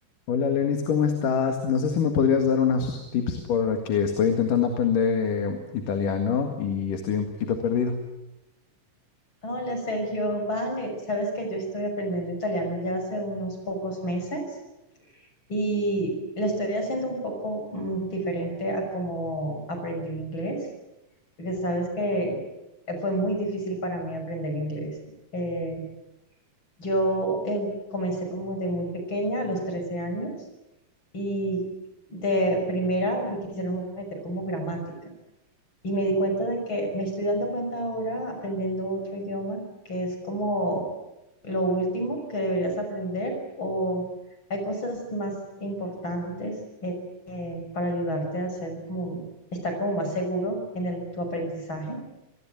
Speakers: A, on the left; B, on the left.
A: Hola Lenis, ¿cómo estás? No sé si me podrías dar unos tips porque estoy intentando aprender eh, italiano y estoy un poquito perdido.
B: Hola Sergio, vale, sabes que yo estoy aprendiendo italiano ya hace unos pocos meses y lo estoy haciendo un poco mm, diferente a como aprendí inglés, porque sabes que eh, fue muy difícil para mí aprender inglés. Eh, yo em, comencé como de muy pequeña, a los 13 años, y de primera me quisieron meter como gramática. Y me di cuenta de que me estoy dando cuenta ahora aprendiendo otro idioma, que es como lo último que deberías aprender o hay cosas más importantes eh, eh, para ayudarte a hacer como, estar como más seguro en el, tu aprendizaje.